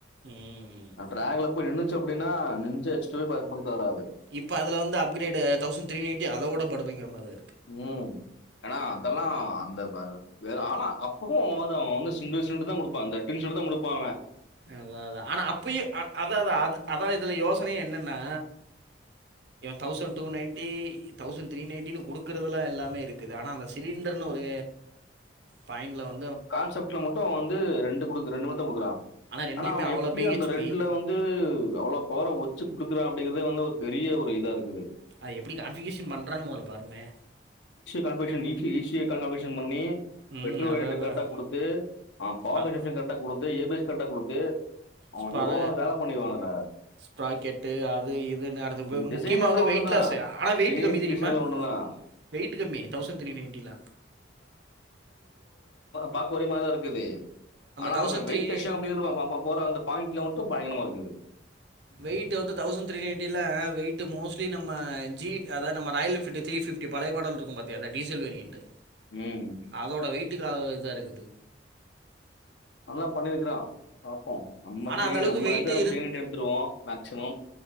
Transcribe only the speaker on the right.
ம்
இப்ப அதுல வந்து அப்கிரேடு தௌசண்ட் த்ரி நையன்டி அதவுட படு பயங்கரமா இருக்
அதா அதா ஆனா அப்பயு அதா அதா இதுல யோசனயே என்னன்னா thousand two ninety thousand three நைன்ட்டின்னு குடுக்குறதுலா எல்லாமே இருக்குது ஆனா அந்த சிலிண்டர்னு ஒரு பாயிண்ட்ல வந்
ரெண்டுலயுமே
அவ்வளோ
பிஹெச்பி
அ எப்டி கான்ஃபிகேஷன் பண்றான்னு மொல பருமே
ம்
அதான் அதான்
அது
ஸ்பர
ஸ்ப்ராகேட்டு அது இதுன்னு அடுத்து
முக்கியமா
வந்து
வெயிட் லாஸ் ஆனா
வெயிட் கம்மி தெரியுமா
வெயிட் கம்மி தௌஸன்ட்த்ரி நைட்டிலா
தௌசண்ட்
த்ரீ
வெயிட் வந்து தவுசண்த்ரி நைன்ட்டில வெயிட் மோஸ்லி நம ஜி அதா நம ராயல் என் ஃபில்டு த்ரிபிஃப்டி பலய மாடல் இருக்கும் பாத்தியா அந்த டசல் வேரியன்ட்.
அதோட வெயிட்டுக்கு அளவு இதா இருக்குது
ஆனால்
அந்த அளவுக்கு
வெயிட்டு